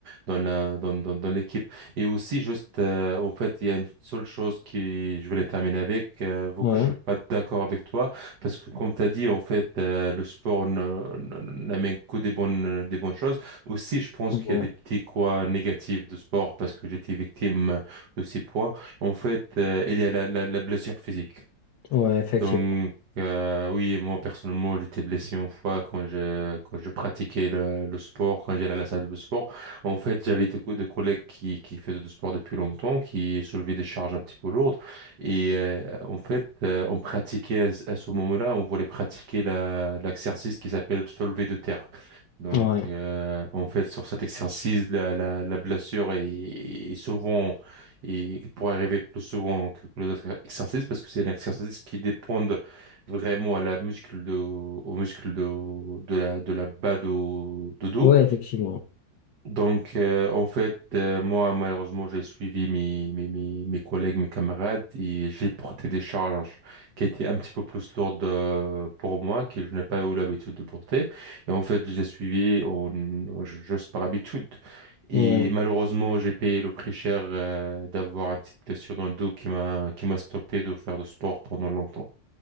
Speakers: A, on the right (about 60°); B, on the left (about 80°).
A: dans la dans dans, dans l'équipe. Et aussi juste euh, en fait, il y a une seule chose qui je voulais terminer avec, euh, vu
B: ouais,
A: que je suis pas d'accord avec toi. Parce que comme tu as dit, en fait, euh, le sport ne- ne- n'amène que des bonnes, des bonnes choses. Aussi, je pense
B: ouais,
A: qu'il y a des petits quoi négatifs de sport parce que j'étais victime de ces poids. En fait, euh, il y a la, la, la blessure physique.
B: ouais, effectivement.
A: Donc, euh, oui, moi, personnellement, j'étais blessé une fois quand je, quand je pratiquais le, le sport, quand j'allais à la salle de sport. En fait, j'avais des, co- des collègues qui, qui faisaient du sport depuis longtemps, qui soulevaient des charges un petit peu lourdes. Et euh, en fait, euh, on pratiquait à, ce à ce moment-là, on voulait pratiquer la, l'exercice qui s'appelle le soulevé de terre. Donc,
B: Ouais,
A: euh, en fait, sur cet exercice, la, la, la blessure est, est souvent et pour arriver plus souvent que, que les autres exercices parce que c'est un exercice qui dépend vraiment à la muscle de, au muscle de, de la, de la bas de, de dos.
B: ouais, effectivement.
A: Donc, euh, en fait, euh, moi, malheureusement, j'ai suivi mes, mes, mes, mes collègues, mes camarades et j'ai porté des charges qui étaient un petit peu plus lourdes euh, pour moi, que je n'ai pas eu l'habitude de porter. Et en fait, je les ai suivis en, en- juste par habitude. Et
B: Ouais.
A: malheureusement, j'ai payé le prix cher euh, d'avoir une petite blessure dans le dos qui m'a qui m'a stoppé de faire de sport pendant longtemps.